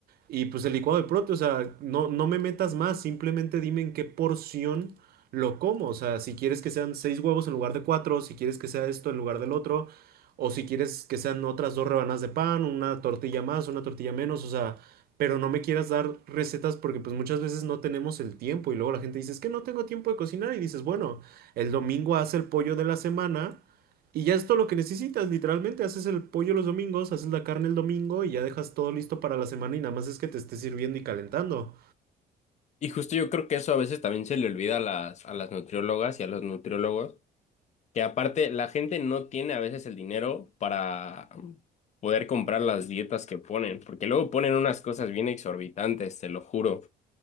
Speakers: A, on the right; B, on the left.
A: Y pues el licuado de prote, o sea, no, no me metas más, simplemente dime en qué porción lo como. O sea, si quieres que sean seis huevos en lugar de cuatro, si quieres que sea esto en lugar del otro, o si quieres que sean otras dos rebanadas de pan, una tortilla más, una tortilla menos, o sea, pero no me quieras dar recetas porque pues muchas veces no tenemos el tiempo y luego la gente dice, es que no tengo tiempo de cocinar y dices, bueno, el domingo hace el pollo de la semana y ya es todo lo que necesitas, literalmente. Haces el pollo los domingos, haces la carne el domingo y ya dejas todo listo para la semana y nada más es que te esté sirviendo y calentando.
B: Y justo yo creo que eso a veces también se le olvida a las, a las nutriólogas y a los nutriólogos Que aparte, la gente no tiene a veces el dinero para poder comprar las dietas que ponen, porque luego ponen unas cosas bien exorbitantes, te lo juro.